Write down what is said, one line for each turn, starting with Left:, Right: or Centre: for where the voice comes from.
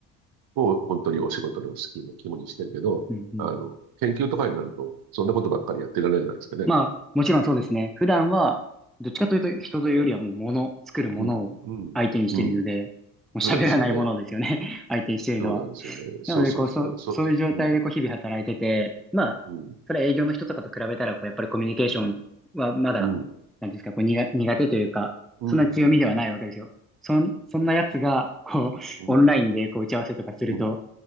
Right: を本当にお仕事のスキルの肝にしてるけど、
Centre: うんうん
Right: あの、研究とかになると、そんなことばっかりやってられないじゃないですかね。
Centre: まあ、もちろんそうですね。普段は、どっちかというと人というよりはもう物、作るものを相手にしているので、
Right: うん、うん、うん。
Centre: もう喋らないものですよね。
Right: そうですよね。
Centre: <laughs> 相手にしているのは。
Right: そうなんですよね。そうそうそう。
Centre: なので、こう、そ、
Right: そ、
Centre: そういう状態でこう日々働いてて、
Right: うん、
Centre: まあ、
Right: うん、
Centre: それは営業の人とかと比べたら、こう、やっぱりコミュニケーションはまだ、
Right: うん、うん、
Centre: なんていうんですか、こう、苦、苦手というか、
Right: うん、
Centre: そんな強みではないわけですよ。
Right: うん、うん、
Centre: そん、そんなやつが、こう、
Right: うん、
Centre: オンラインでこう打ち合わせとかすると、
Right: うん。